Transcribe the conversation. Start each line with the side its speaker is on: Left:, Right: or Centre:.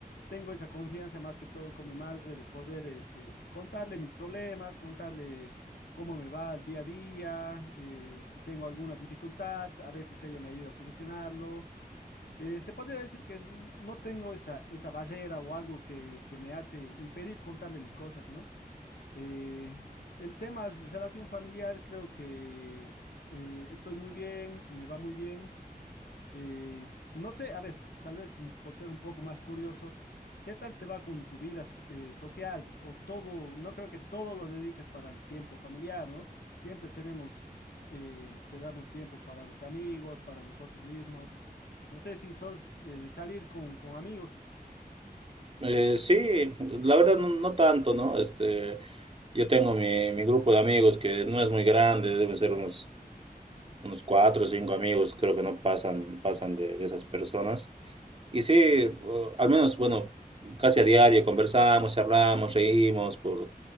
Left: Tengo esa confianza más que todo con mi madre de poder, este, contarle mis problemas, contarle cómo me va el día a día, eh, si tengo alguna dificultad, a veces ella me ayuda a solucionarlo. Eh, se podría decir que n- no tengo esa, esa barrera o algo que, que me hace impedir contarle mis cosas, ¿no? Eh, en temas de relación familiar, creo que eh, estoy muy bien, me va muy bien. Eh, no sé, a ver, tal vez un- por ser un poco más curioso, ¿qué tal te va con tu vida so- eh, social? O todo, no creo que todo lo dediques para el tiempo familiar, ¿no? Siempre tenemos eh, que darnos tiempo para los amigos, para nosotros mismos. No sé si sos eh, de salir con, con amigos.
Right: Eh, sí, la verdad no, no tanto, ¿no? Este, yo tengo mi, mi grupo de amigos que no es muy grande, deben ser unos unos cuatro o cinco amigos, creo que no pasan, pasan de, de esas personas. Y sí, eh, al menos, bueno, casi a diario conversamos, charlamos, reímos por,